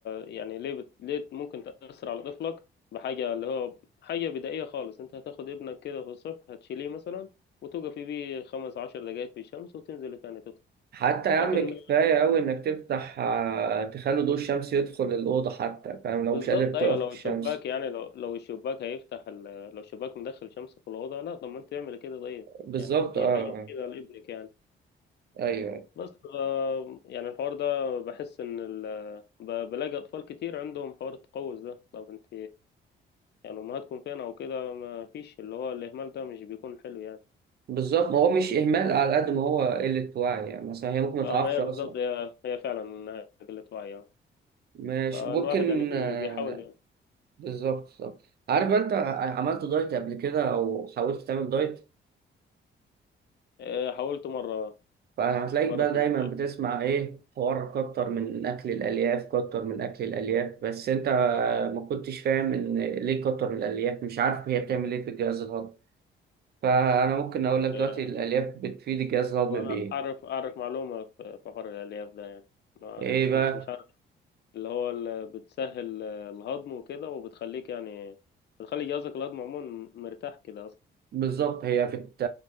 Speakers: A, on the left (about 60°); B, on the right (about 55°).
A: يعني ليه بت... ليه ممكن تأثر على طفلك بحاجة اللي هو حاجة بدائية خالص انت هتاخد ابنك كده في الصبح هتشيليه مثلا وتوقفي بيه خمس عشر دقايق في الشمس وتنزلي تاني تطلع
B: حتى يا
A: لكن
B: عم كفاية أوي إنك تفتح آه، تخلي ضوء الشمس يدخل الأوضة حتى فاهم لو
A: بالظبط
B: مش قادر تقف
A: ايوه لو
B: في الشمس
A: الشباك يعني لو لو الشباك هيفتح ال... لو الشباك مدخل شمس في الأوضة لا طب ما انت تعمل كده طيب
B: بالظبط
A: يعني دي
B: أه
A: حاجة مفيدة
B: آه.
A: لابنك يعني
B: أيوه
A: بس آه، يعني الحوار ده بحس ان ال... ب... بلاقي اطفال كتير عندهم حوار التقوس ده طب انت يعني امهاتكم فين او كده ما فيش اللي هو الاهمال ده مش بيكون حلو يعني
B: بالظبط ما هو مش إهمال على قد ما هو قلة وعي يعني مثلا هي ممكن ما
A: اه
B: تعرفش
A: هي
B: أصلا
A: بالظبط هي هي فعلا إنها قله وعي آه.
B: ماشي
A: فالواحد
B: ممكن
A: يعني بي-
B: آه،
A: بيحاول يعني.
B: بالظبط بالظبط عارف أنت عملت دايت قبل كده أو حاولت تعمل دايت؟
A: آه، حاولت مره
B: فهتلاقيك
A: مره
B: بقى
A: كنت
B: دايما بتسمع ايه حوار كتر من اكل الالياف كتر من اكل الالياف بس انت ما كنتش فاهم ان ليه كتر الالياف مش عارف هي بتعمل ايه في الجهاز الهضمي فانا ممكن اقول لك دلوقتي
A: آه،
B: الالياف بتفيد الجهاز الهضمي
A: وانا
B: بايه
A: اعرف اعرف معلومه في في حوار الالياف ده يعني ما
B: ايه
A: مش
B: بقى
A: بس مش عارف اللي هو اللي بتسهل آه، الهضم وكده وبتخليك يعني بتخلي جهازك الهضمي عموما مرتاح كده اصلا
B: بالظبط هي بت...